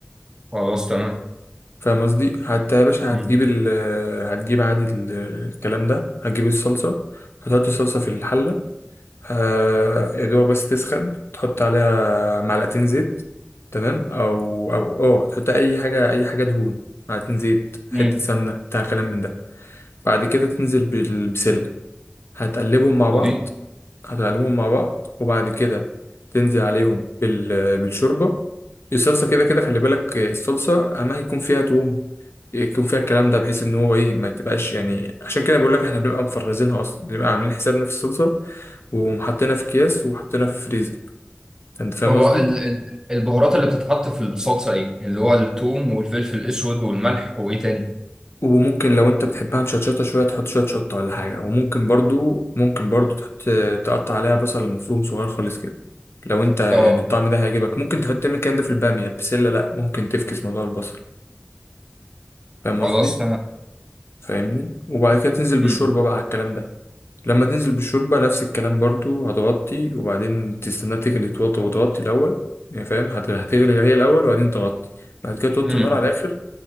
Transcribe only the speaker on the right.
خلاص تمام
مم.
مم.
عظيم
هو
ال ال البهارات اللي بتتحط في الصلصة ايه؟ اللي هو الثوم والفلفل الأسود والملح وإيه تاني؟
اه
خلاص
تمام
مم.
مم.